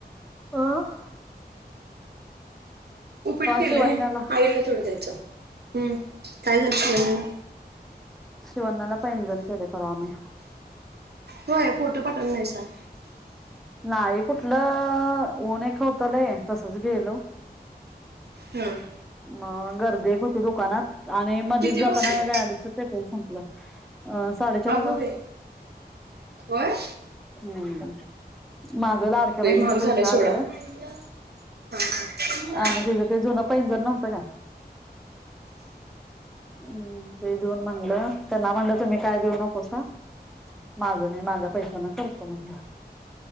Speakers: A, in the centre; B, on the right (about 75°).
A: अह
B: उपीट केलंय
A: शिवण्याला
B: आईला थोडं द्यायचं. हम्म काय झाल <unintelligible>
A: शिवान्याला पंजण केले परवा मी.
B: हो फोटो पाठल नाहीसा.
A: नाही कुठलं ऊन एक होतलय तसच गेलो.
B: हम्म
A: म गर्दी होती दुकानात. आणि मध्येच
B: किती
A: जाताना
B: बसले
A: गाडीचं पेट्रोल संपल. <unintelligible> अ साडे चार
B: अगो
A: हजार
B: बे होय
A: हम्म माझ लाडक्या
B: लय
A: बहिनच
B: महाग झालाय
A: पैश
B: सोडा
A: आलेल
B: हा, हा. हा,
A: आणि तिचं ते जुन पैज नवत का हम् ते देऊन म्हणलं त्यांना म्हणलं तुम्ही काय देऊ नको स ह माझं मी माझ्या पैशाना करतो म्हणलं